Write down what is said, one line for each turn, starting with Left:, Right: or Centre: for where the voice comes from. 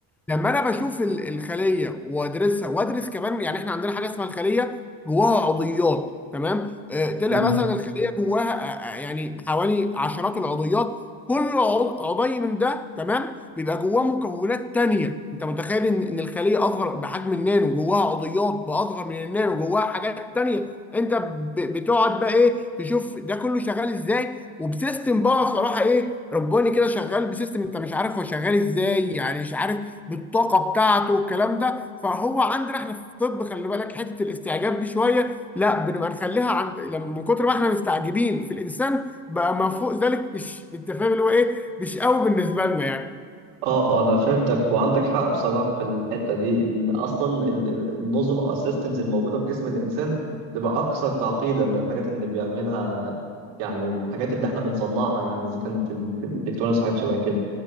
Centre: لما انا بشوف ال- الخليه وادرسها وادرس كمان يعني احنا عندنا حاجه اسمها الخليه جواها عضيات تمام آه، تلقى
Right: مم.
Centre: مثلا الخليه جواها آه، آه، يعني حوالي عشرات العضيات كل عض- عضي من ده تمام بيبقى جواه مكونات تانية انت متخيل ان إن الخليه اصغر بحجم النانو جواها عضيات باصغر من النانو جواها حاجات تانية انت ب- بتقعد بقى ايه تشوف ده كله شغال ازاي وبسيستم بقى صراحه ايه رباني كده شغال بسيستم انت مش عارف هو شغال ازاي يعني مش عارف بالطاقه بتاعته والكلام ده فهو عندنا احنا في الطب خلي بالك حته الاستعجاب دي شويه لا بنبقى نخليها عند لما من كتر ما احنا مستعجبين في الانسان بقى ما فوق ذلك مش بالتفاهم اللي هو ايه مش قوي بالنسبه لنا يعني
Right: اه اه انا فهمتك وعندك حق بصراحه في الحته دي ال- اصلا ال- ال- النظم او السيستمز الموجوده في جسم الانسان تبقى اكثر تعقيدا من الحاجات اللي بيعملها يعني الحاجات اللي احنا بنصنعها يعني اذا كان في, ال- في الالكترونيكس وحاجات شبه كده